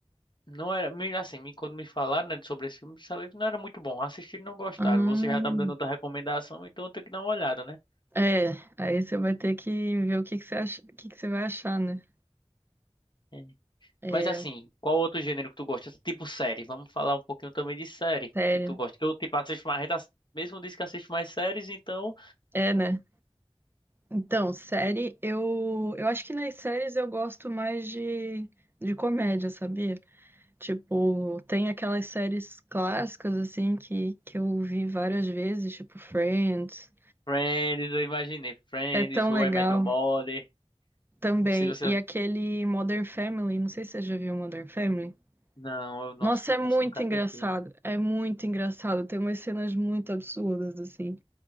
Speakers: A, on the left; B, on the right.
A: não era. me- Assim, me- quando me falaram, né, sobre esse filme, sabe que não era muito bom. Assistir não gostaram.
B: Hum,
A: Você já tá me dando outra recomendação, então eu tenho que dar uma olhada, né?
B: é, aí você vai ter que ver o que que você acha, o que que você vai achar, né?
A: É.
B: É,
A: Mas assim, qual outro gênero que tu gosta? Tipo série. Vamos falar um pouquinho também de série
B: série.
A: que tu gosta. Que eu, tipo, assisto mais. Mesmo disse que assisto mais séries, então.
B: É, né? Então, série, eu, eu acho que nas séries eu gosto mais de, de comédia, sabia? Tipo, tem aquelas séries clássicas, assim, que, que eu vi várias vezes, tipo Friends.
A: Friends, eu imaginei. Friends,
B: É tão
A: How
B: legal.
A: I Met Your Mother.
B: Também.
A: Não sei se
B: E
A: você
B: aquele Modern Family, não sei se você já viu Modern Family.
A: Não, eu, nossa,
B: Nossa,
A: nunca,
B: é muito
A: nunca
B: engraçado.
A: assisti.
B: É muito engraçado. Tem umas cenas muito absurdas, assim.